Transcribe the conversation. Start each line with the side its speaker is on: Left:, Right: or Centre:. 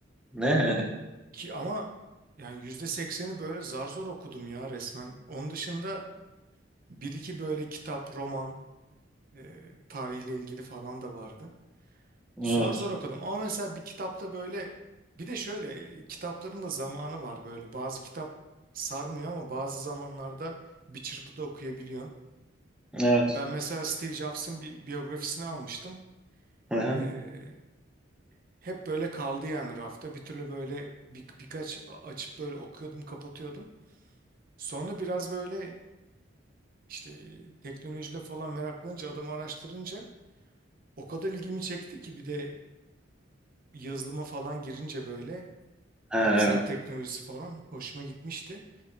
Centre: Ne?
Right: Ki ama yani yüzde sekseni böyle zar zor okudum ya resmen. Onun dışında bir iki böyle kitap, roman, eee tarihle ilgili falan da vardı.
Centre: <laughs>
Right: Zar
Centre: Evet.
Right: zor okudum ama mesela bir kitapta böyle bir de şöyle e, kitapların da zamanı var böyle bazı kitap sarmıyor ama bazı zamanlarda bir çırpıda okuyabiliyorsun.
Centre: Evet.
Right: Ben mesela Steve Jobs'ın bir biyografisini almıştım.
Centre: Hı hı.
Right: Ee, hep böyle kaldı yani rafta bir türlü böyle bir, birkaç a- açıp böyle okuyordum kapatıyordum. Sonra biraz böyle işte e, teknolojiyle falan meraklanınca adamı araştırınca o kadar ilgimi çekti ki bir de yazılıma falan girince böyle
Centre: Ha,
Right: bilgisayar
Centre: evet.
Right: teknolojisi falan hoşuma gitmişti.